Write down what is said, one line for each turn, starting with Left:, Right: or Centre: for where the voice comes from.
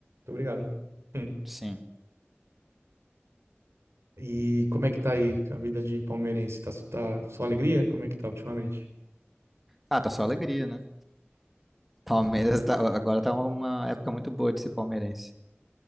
Right: obrigado. <laughs>
Centre: Sim.
Right: E como é que tá aí a vida de palmeirense? Tá, tá só alegria? Como é que tá ultimamente?
Centre: Ah, tá só alegria, né? Palmeiras tá, agora tá uma época muito boa de ser palmeirense.